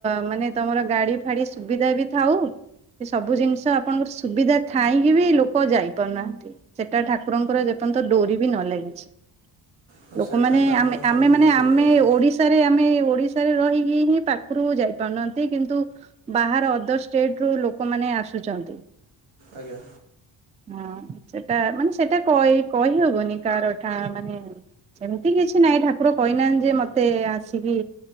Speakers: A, on the right (about 15°); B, on the right (about 75°).
A: ମାନେ ତମର ଗାଡ଼ି ଫାଡ଼ି ସୁବିଧା ବି ଥାଉ ସେ ସବୁ ଜିନିଷ ଆପଣଙ୍କର ସୁବିଧା ଥାଇଁକି ବି ଲୋକ ଯାଇପାରୁନାହାନ୍ତି। ସେଟା ଠାକୁରଙ୍କର ଯେପଯ୍ୟନ୍ତ ଡୋରି ବି ନ ଲାଗିଛି।
B: ହଁ
A: ଲୋକମାନେେ
B: ସେଟା ତ ଆପଣ ସମ୍ପୂର୍ଣ୍ଣ
A: ଆମେ ମାନେ
B: ଠିକ୍
A: ଆମେ
B: କହିଲେ
A: ଓଡିଶା ଓଶାରେ ଆମେ ଓଡିଶାରେ ରହିକି ହିଁ ପାଖରୁ ଯାଇପାରୁନାହାନ୍ତି। କିନ୍ତୁ ବାହାର ଅଦର ଷ୍ଟେଟ୍ ରୁ ଲୋକମାନେ ଆସୁଚନ୍ତି।
B: ଆଜ୍ଞା।
A: ହଁ ସେଇଟା ମାନେ ସେଇଟା କଇ କହିହବନି କାହାରଠା ମାନେ ସେମିତି କିଛି ନାହିଁ ଠାକୁର କହିନାହାନ୍ତି ଯେ ମତେ ଆସିକି